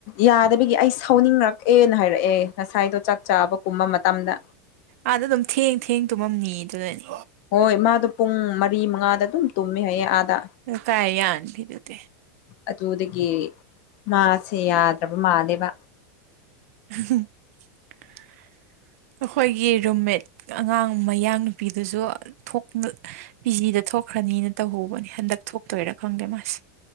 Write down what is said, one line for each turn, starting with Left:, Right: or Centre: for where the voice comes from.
Left: ꯌꯥꯗꯕꯒꯤ ꯑꯩ ꯁꯥꯎꯅꯤꯡꯛ ꯑꯦꯅ ꯍꯥꯏꯔꯛꯑꯦ ꯉꯁꯥꯏꯗꯣ ꯆꯥꯛ ꯆꯥꯕ ꯀꯨꯝꯕ ꯃꯇꯝꯗ꯫
Right: ꯑꯥꯗ ꯑꯗꯨꯝ ꯊꯦꯡ ꯊꯦꯡ ꯇꯨꯝꯃꯝꯅꯤ ꯑꯗꯨꯅꯅꯦ
Left: ꯍꯣꯏ ꯃꯥꯗꯣ ꯄꯨꯡ ꯃꯔꯤ ꯃꯉꯥꯗ ꯑꯗꯨꯝ ꯇꯨꯝꯃꯦ ꯍꯥꯏꯌꯦ ꯑꯥꯗ
Right: ꯀꯥꯏ ꯌꯥꯅꯤꯗꯨꯗꯤ
Left: ꯑꯗꯨꯗꯒꯤ ꯃꯥꯁꯦ ꯌꯥꯗ꯭ꯔꯕ ꯃꯥꯜꯂꯦꯕ
Right: <inaudible> ꯑꯩꯈꯣꯏꯒꯤ ꯔꯨꯝꯃꯦꯠ ꯑꯉꯥꯡ ꯃꯌꯥꯡ ꯅꯨꯄꯤꯗꯨꯁꯨ ꯊꯣꯛ ꯄꯤꯖꯤꯗ ꯊꯣꯛꯈ꯭ꯔꯅꯤꯅ ꯇꯧꯍꯧꯕꯅꯤ ꯍꯟꯗꯛ ꯊꯣꯛꯇꯣꯏꯔꯥ ꯈꯪꯗꯦ ꯃꯥꯁꯦ